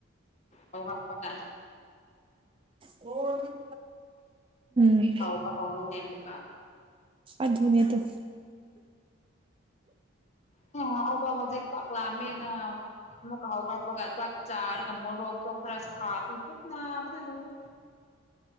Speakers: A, on the left; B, on the right.
A: ꯍꯧꯒꯠꯂꯒ
B: ꯎꯝ <unintelligible>
A: ꯇꯧꯕ ꯍꯧꯔꯦꯅꯦ ꯑꯃꯨꯀꯥ
B: ꯑꯗꯨꯅꯦ ꯑꯗꯣ
A: <unintelligible> ꯍꯧꯖꯤꯛ ꯆꯥꯛꯂꯥꯝꯃꯤꯅ ꯑꯃꯨꯛ ꯀꯥꯎꯔꯛꯂꯒ ꯆꯥꯛ ꯆꯔꯒ ꯃꯣꯔꯣꯛ ꯇꯣ ꯈꯔ ꯁꯥꯄꯤꯕ ꯄꯨꯛ ꯅꯕꯅ ꯂꯣꯏꯔꯦ